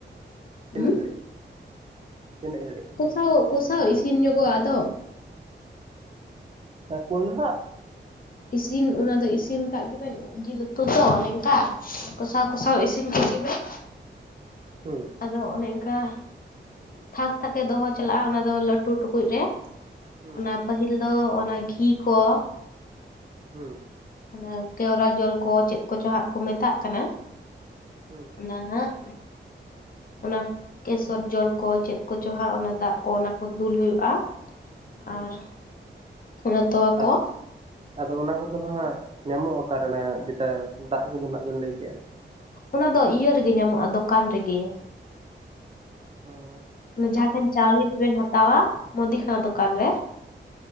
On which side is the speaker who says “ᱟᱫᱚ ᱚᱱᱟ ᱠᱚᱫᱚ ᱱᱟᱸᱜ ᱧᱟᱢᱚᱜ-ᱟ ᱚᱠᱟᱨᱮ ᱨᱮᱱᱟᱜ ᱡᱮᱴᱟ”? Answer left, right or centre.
Right